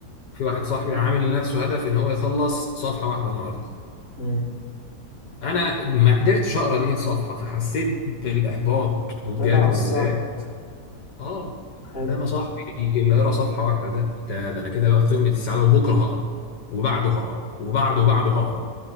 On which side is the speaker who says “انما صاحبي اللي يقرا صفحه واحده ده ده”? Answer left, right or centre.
Left